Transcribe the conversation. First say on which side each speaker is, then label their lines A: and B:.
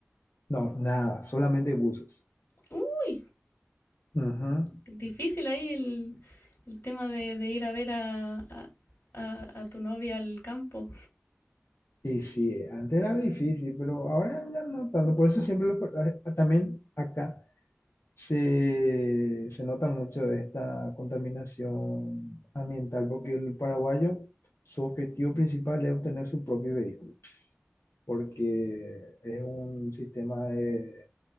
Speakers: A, on the left; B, on the left.
A: No, nada, solamente buses.
B: Uy,
A: Ujú.
B: difícil ahí el, el tema de, de ir a ver a, a- a- a tu novia al campo.
A: Y sí, antes era difícil, pero ahora ya no tanto. Por eso siempre los, por- a- también acá se, se nota mucho esta contaminación ambiental porque el paraguayo, su objetivo principal es obtener su propio vehículo, porque es un sistema de,